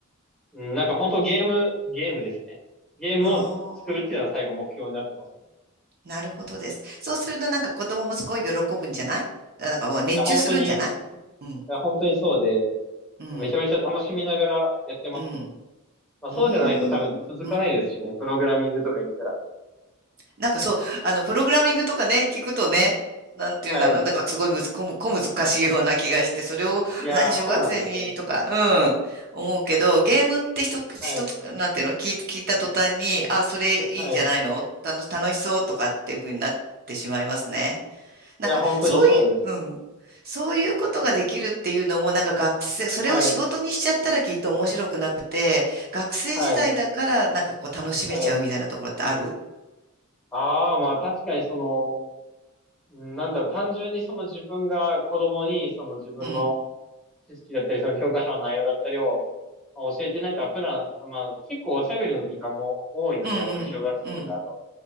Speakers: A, in the centre; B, on the right (about 45°).
A: うんなんか本当ゲーム、ゲームですね。ゲームを作るっていうのは最後目標になってます。
B: あ、なるほどです。そうすると、なんか子供もすごい喜ぶんじゃないなんかもう熱中するんじゃない
A: いや、本当に、い
B: うん。
A: や、本当にそうで、
B: うん。
A: めちゃめちゃ楽しみながらやってますね。
B: うん。
A: まあ、そうじゃないと多分続かないですしね。
B: うーん。うん。
A: プログラミングとか言ったら。
B: なんかそう、あの、プログラミングとかね、聞くとね、なんていうんだろう、
A: はい。
B: なんかすごいむず、こむ、小難しいような気がして、それを、
A: いやー、
B: 何、小学生にとか、
A: そうなんですよ。
B: うん、思うけど、ゲームって一つ、一つ、
A: はい。
B: なんていうの、聞い、聞いた途端に、あ、それいいんじゃないの楽、
A: はい。
B: 楽しそうとかっていうふうになってしまいますね。なんか、
A: いや、本当にそうです。
B: そういう、うん。そういうことができるっていうのも、なんか学生、それを仕事にしちゃったらきっと面白くなくて、
A: はい。
B: 学生時代だから、
A: はい。
B: なんかこう楽しめちゃうみたいなところってある
A: はい。ああ、まあ確かにその、うんなんだろう、単純にその自分が子供にその自分の
B: うん。
A: 知識だったり、その教科書の内容だったりを、まあ、教えてなんか普段、まあ結構おしゃべりの時間も多いので、
B: うんうん。
A: やっぱり小学生とかだと。
B: うん。